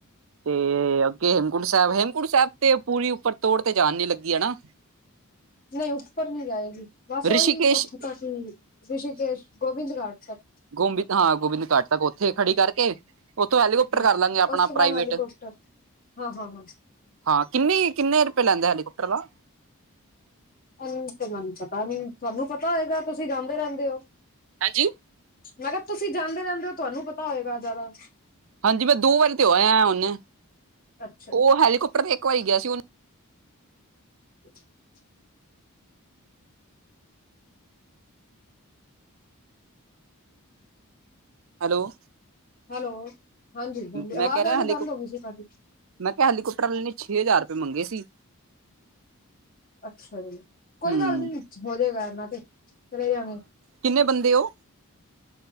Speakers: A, on the right; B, on the left.
A: ਤੇ ਅੱਗੇ ਹੇਮਕੁੰਟ ਸਾਹਿਬ ਹੇਮਕੁੰਟ ਸਾਹਿਬ ਤੇ ਪੂਰੀ ਉਪਰ ਤੋੜ ਤੇ ਜਾਨ ਨੀ ਲਗੀ ਹਣਾ।
B: ਨਹੀ ਉਪਰ ਨੀ ਜਾਏਗੀ ਬਸ
A: ਰਿਸ਼ੀਕੇਸ਼
B: ਓਹੀ ਓਥੇ ਤਕ ਹੀ ਰਿਸ਼ੀਕੇਸ਼ ਗੋਬਿੰਦ ਘਾਟ ਤਕ।
A: ਗੋਬਿੰਤ ਹਾਂ ਗੋਬਿੰਦ ਘਾਟ ਤਕ ਓਥੇ ਖੜੀ ਕਰਕੇ ਓਥੋ ਹੈਲੀਕੋਪਟਰ
B: ਤੱਕ
A: ਕਰ ਲਾਂਗੇ ਅਪਣਾ
B: ਉਸ ਤੋਂ
A: ਪ੍ਰਾਈਵੇਟ।
B: ਬਾਅਦ ਹੈਲੀਕੋਪਟਰ ਹਾਂ ਹਾਂ ਹਾਂ
A: ਹਾਂ ਕਿਨੀ ਕਿਨੇ ਰੁਪੇ ਲੈਂਦਾ ਹੈਲੀਕੋਪਟਰ ਦਾ?
B: ਐਂਜ ਤੇ ਮੇਨੂੰ ਪਤਾ ਨੀ ਤਾਨੂੰ ਪਤਾ ਹੋਏਗਾ ਤੁਸੀ ਜਾਂਦੇ ਰੇਂਦੇ ਓ।
A: ਹਾਂਜੀ।
B: ਮੈਂ ਕਆ ਤੁਸੀ ਜਾਂਦੇ ਰੇਂਦੇ ਓ ਤੁਆਨੂੰ ਪਤਾ ਹੋਏਗਾ ਜਾਦਾ।
A: ਹਾਂਜੀ ਮੈ ਦੋ ਵਾਰੀ ਤੇ ਹੋ ਆਯਾ ਆ ਹੁਨੇ
B: ਅੱਛਾ
A: ਓ
B: ਜੀ
A: ਹੈਲੀਕੋਪਟਰ ਤੇ ਇਕ ਵਾਰੀ ਗਆ ਸੀ ਹੁਨ
B: <inaudible>
A: ਹੈਲੋ।
B: ਹੈਲੋ ਹਾਂਜੀ ਹਾਂਜੀ
A: ਮੈਂ
B: ਆਵਾਜ
A: ਕਹਿ ਰਿਹਾ
B: ਆਨੀ
A: ਹਾਲੀ
B: ਬੰਦ ਹੋ ਗੀ ਸੀ ਤੁਆਡੀ।
A: ਮੈਂ ਕਯਾ ਹੈਲੀਕਾੋਪਟਰ ਵਾਲੇ ਨੇ ਛੇ ਹਜਾਰ ਰੁਪੇ ਮੰਗੇ ਸੀ।
B: ਅਛਾ ਜੀ ਕੋਈ
A: ਹਮ
B: ਗੱਲ ਨੀ ਹੋ ਜੇਗਾ ਐਨਾ ਤੇ ਚਲੇ ਜਾਗੇ।
A: ਕਿਨੇ ਬੰਦੇ ਓ?